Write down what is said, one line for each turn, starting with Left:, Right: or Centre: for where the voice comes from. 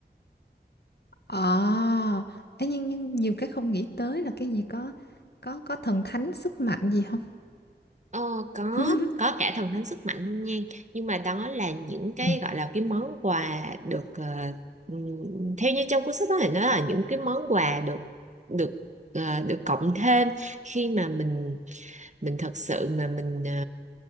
Left: ờ Ê, nhưng nhưng nhiều cái không nghĩ tới là cái gì có có có thần thánh sức mạnh gì không
Right: Ờ, có
Left: <laughs>
Right: có cả thần thánh sức mạnh luôn nha nhưng mà đó là những cái
Left: Ừ.
Right: gọi là cái món quà được ờ, ừm, theo như trong cuốn sách đó thì nó là những cái món quà được được ờ, được cộng thêm khi mà mình mình thật sự mà mình ờ,